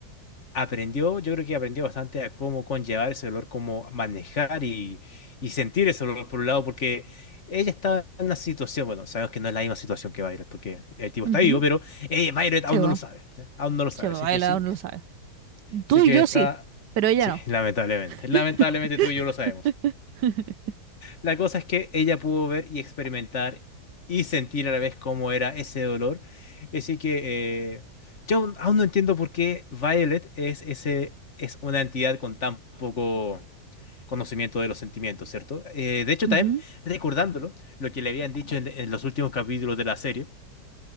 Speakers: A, on the left; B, on the right.
A: Aprendió, yo creo que aprendió bastante a cómo conllevar ese dolor, cómo manejar y, y sentir ese dolor por un lado, porque ella estaba en una situación, bueno, sabemos que no es la misma situación que Violet, porque el tipo
B: Ujú.
A: está vivo, pero eh, Violet
B: Se
A: aún
B: va,
A: no lo sabe, ¿ya? Aún no lo sabe,
B: se va,
A: así
B: baila,
A: que sí,
B: uno lo sabe. Tú
A: así que
B: y yo
A: está,
B: sí, pero ella
A: sí,
B: no.
A: <laughs> lamentablemente,
B: <laughs>
A: lamentablemente tú y yo lo sabemos. La cosa es que ella pudo ver y experimentar y sentir a la vez cómo era ese dolor. Así que eh, yo aún aún no entiendo por qué Violet es, ese, es una entidad con tan poco conocimiento de los sentimientos, ¿cierto? Eh, de hecho,
B: Ujú,
A: también recordándolo, lo que le habían dicho en, en los últimos capítulos de la serie,